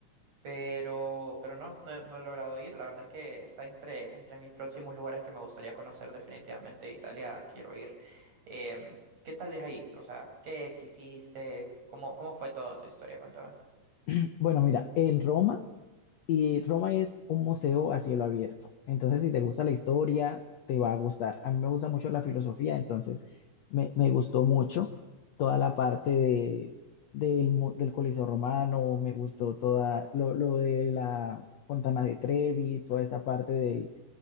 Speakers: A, on the right (about 45°); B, on the left (about 85°).
A: pero, pero no, no, no he logrado ir. La verdad es que está entre, entre mis próximos lugares que me gustaría conocer definitivamente. Italia quiero ir. Em, ¿qué tal es ahí? O sea, ¿qué quisiste? ¿Cómo, cómo fue toda tu historia? Cuéntame.
B: <clears throat> Bueno, mira, en Roma, y Roma es un museo a cielo abierto. Entonces, si te gusta la historia, te va a gustar. A mí me gusta mucho la filosofía, entonces me, me gustó mucho toda la parte de, del, mu- del Coliseo Romano, me gustó toda lo, lo de la Fontana de Trevi, toda esta parte del,